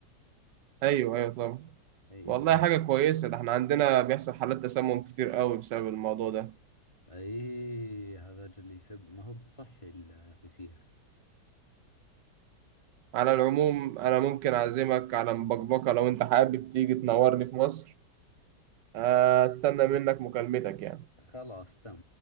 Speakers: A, on the right; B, on the left.
A: أيوة أيوة طبعا
B: اي
A: والله
B: فهمت
A: حاجة كويسة ده احنا عندنا بيحصل حالات تسمم كتير قوي بسبب الموضوع ده
B: ايه هذا اللي يسب ما هو بصحي الفسيخ
A: على العموم أنا ممكن أعزمك على مبكبكة لو أنت حابب تيجي تنورني في مصر آه، أستنى منك مكالمتك يعني
B: خلاص تم